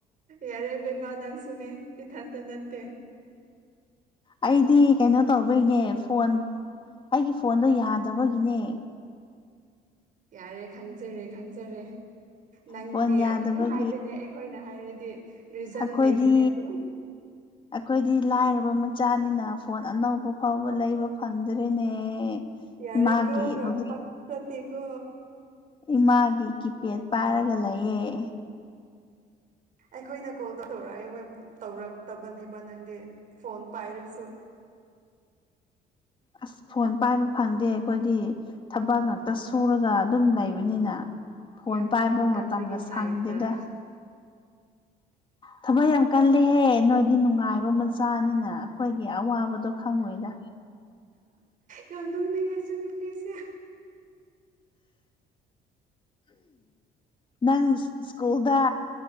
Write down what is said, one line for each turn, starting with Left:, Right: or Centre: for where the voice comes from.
Right: ꯌꯥꯔꯦ ꯕꯦꯝꯃ ꯅꯪ ꯁꯨꯅꯦ ꯏꯊꯟꯇ ꯅꯠꯇꯦ꯫
Left: ꯑꯩꯗꯤ ꯀꯩꯅꯣ ꯇꯧꯕꯒꯤꯅꯦ ꯐꯣꯟ ꯑꯩꯒꯤ ꯐꯣꯟꯗꯣ ꯌꯥꯗꯕꯒꯤꯅꯦ꯫
Right: ꯌꯥꯔꯦ ꯈꯪꯖꯔꯦ ꯈꯪꯖꯔꯦ ꯅꯪꯗꯤ
Left: ꯐꯣꯟ ꯌꯥꯗꯕꯒꯤ
Right: ꯑꯗꯨꯝ ꯍꯥꯏꯕꯅꯦ ꯑꯩꯈꯣꯏꯅ ꯍꯥꯏꯔꯗꯤ ꯔꯤꯖꯟ
Left: ꯑꯩꯈꯣꯏꯗꯤ
Right: ꯂꯩꯕꯅꯦ ꯑꯗꯨꯝ
Left: ꯑꯩꯈꯣꯏꯗꯤ ꯂꯥꯏꯔꯕ ꯃꯆꯥꯅꯤꯅ ꯐꯣꯟ ꯑꯅꯧꯕ ꯐꯥꯎꯕ ꯂꯩꯕ ꯐꯪꯗ꯭ꯔꯦꯅꯦ꯫
Right: ꯌꯥꯔꯦꯀꯣ
Left: ꯏꯃꯥꯒꯤ
Right: ꯌꯥꯝ
Left: ꯍꯧꯖꯤꯛ
Right: ꯄꯛꯆꯗꯦꯀꯣ
Left: ꯏꯃꯥꯒꯤ ꯀꯤꯄꯦꯗ ꯄꯥꯏꯔꯒ ꯂꯩꯑꯦ꯫
Right: ꯑꯩꯈꯣꯏꯅ ꯀꯣꯜ ꯇꯧꯔꯛꯏ ꯋꯦꯛ ꯇꯧꯔꯛꯇꯕꯅꯦꯕ ꯅꯪꯗꯤ ꯐꯣꯟ ꯄꯥꯏꯔꯁꯨ꯫
Left: ꯑꯁ ꯐꯣꯟ ꯄꯥꯏꯕ ꯐꯪꯗꯦ ꯑꯩꯈꯣꯏꯗꯤ ꯊꯕꯛ ꯉꯥꯛꯇ ꯁꯨꯔꯒ ꯑꯗꯨꯝ ꯂꯩꯕꯅꯤꯅ꯫ ꯐꯣꯟ
Right: ꯌꯥꯝ
Left: ꯄꯥꯏꯕ
Right: ꯊꯕꯛ ꯀꯟꯕꯒꯤ
Left: ꯃꯇꯝꯒ ꯁꯪꯗꯦꯗ꯫
Right: ꯇꯥꯏꯞꯇ
Left: ꯊꯕꯛ ꯌꯥꯝ ꯀꯜꯂꯦꯍꯦ ꯅꯣꯏꯗꯤ ꯅꯨꯡꯉꯥꯏꯕ ꯃꯆꯥꯅꯤꯅ ꯑꯩꯈꯣꯏꯒꯤ ꯑꯋꯥꯕꯗꯣ ꯈꯪꯉꯣꯏꯗ꯫
Right: ꯌꯥꯝ ꯅꯣꯛꯅꯤꯡꯉꯦ ꯑꯁꯤ ꯅꯨꯄꯤꯁꯦ꯫
Left: ꯅꯪ ꯁ꯭ꯀꯨꯜꯗ